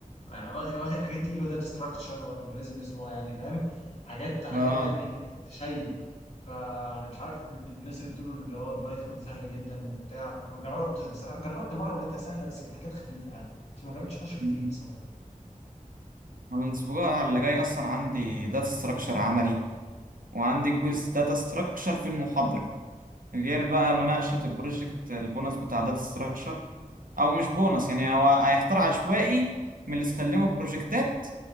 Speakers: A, on the left (about 50°); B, on the right (about 85°).
A: يعني واخد واخد حاجات تقيله وداتا ستراكشر والجوريزمز يعني فاهم حاجات حاجات
B: اه
A: يعني تشيب فانا مش عارف الناس اللي بتقولوا اللي هو البايثون سهله جدا وبتاع انا ما جربتش بصراحه جربت مره ولقيتها سهله بس كانت حاجات خفيفه يعني بس ما جربتش اخش في
B: مم.
A: التقيل بصراحه
B: أنا الاسبوع اللي جاي اصلا عندي داتا ستراكشر عملي وعندي
A: مم.
B: كويز داتا ستراكشر في المحاضرة غير بقى مناقشة البروجكت البونص بتاع داتا ستراكشر أو مش بونص يعني هو هيختار عشوائي من اللي سلموا بروجكتات